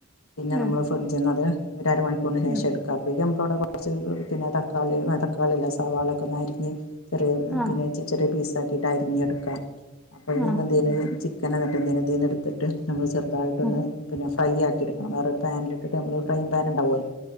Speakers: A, on the left; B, in the centre.
A: പിന്നെ
B: ഉം
A: നമ്മള് ഫ്രിഡ്ജിന്നത് ഒരരമണിക്കൂറിന്
B: ഉം
A: ശേഷം എടുക്കാ അപ്പയേക്ക് അമ്മക്കവിടെ കൊറച്ച് പിന്നെ തക്കാളി തക്കാളിയല്ലാ സവാളൊക്കെ ഒന്നരിഞ്ഞ് ചെറിയെ
B: ആഹ്
A: പിന്നെ ചെറിയ പീസാക്കിട്ട് അരിഞ്ഞെടുക്ക അപ്പയെന്ന്
B: ആഹ്
A: ഇതീന്ന് ചി ക്കനാന്നട്ട് ഇതീന്ന് ഇതീന്ന്ട്ത്ത്ട്ട് നമ്മള് ചെറുതായിട്ടൊന്ന്
B: ഉം
A: പിന്നെ ഫ്രൈ ആക്കി ഇട്ക്കണം വേറൊരു പാനിലിട്ട് ഫ്രൈയിങ് ‌ പാൻ ഇണ്ടാവുമല്ലോ